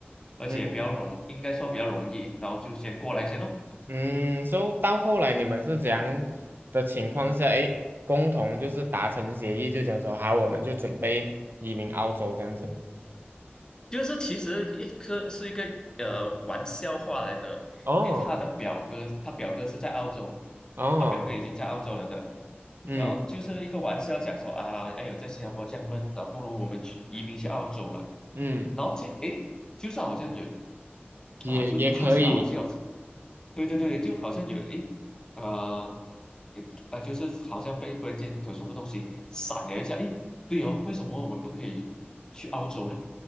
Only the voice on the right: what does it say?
嗯。
嗯，所以到后来你们是怎样的情况下，诶，共同就是达成协议，就讲说好，我们就准备移民澳洲这样子。
哦，
哦，
嗯
嗯，
也也可以，